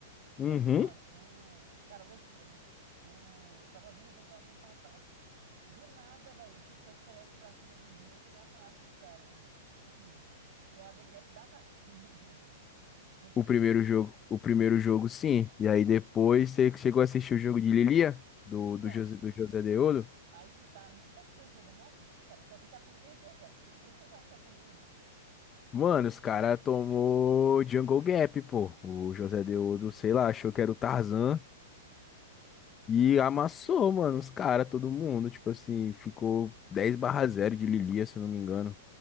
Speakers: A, on the right (about 50°); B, on the left (about 15°).
A: Só
B: Uhum.
A: que, mano, o... Cara, loucura, né? O... Tava vendo o jogo, tava meio empatado. Do nada, velho, o Titã cresce pra cima do Snaker e amassa os caras, né, mano? Tipo assim, foi uma The Gap danada esse <laughs> primeiro jogo, velho. Loucura.
B: O primeiro jogo, o primeiro jogo, sim. E aí depois você chegou a assistir o jogo de Lilia do
A: Então,
B: do José, do José Deodo?
A: Aí que tá. Como é que foi esse jogo? Eu não assisti, cara. Eu só vi que a PEN perdeu, cara. Eu Fiquei impressionado que a PEN perdeu, pô.
B: Mano, os cara tomou Jungle Gap, pô. O José Deodo, sei lá, achou que era o Tarzan. E amassou, mano, os caras, todo mundo. Tipo assim, ficou 10 barra zero de Lilia, se eu não me engano.